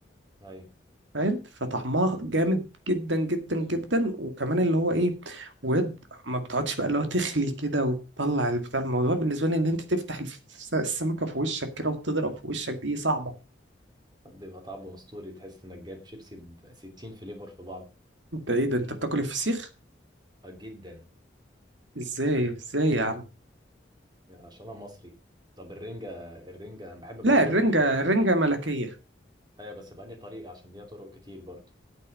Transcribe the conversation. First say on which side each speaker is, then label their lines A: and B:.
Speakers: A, on the right (about 25°); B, on the right (about 80°).
A: ايوه
B: فاهم فطعمها جامد جدا جدا جدا وكمان اللي هو ايه ويد ما بتقعدش بقى اللي هو تخلي كده وتطلع البتاع الموضوع بالنسبة لي ان انت تفتح الف- السمكة في وشك كده وتضرب في وشك دي صعبة
A: بيبقى طعمه اسطوري تحس انك جايب شيبسي ب 60 فليفر في بعض
B: انت ايه ده انت بتاكل الفسيخ
A: آه، جدا
B: ازاي ازاي يا عم
A: عشان انا مصري طب الرنجة الرنجة انا بحب برضو
B: لا الرنجة
A: الرنجة جدا
B: الرنجة ملكية
A: ايوه بس بأني طريقة عشان ليها طرق كتير برضو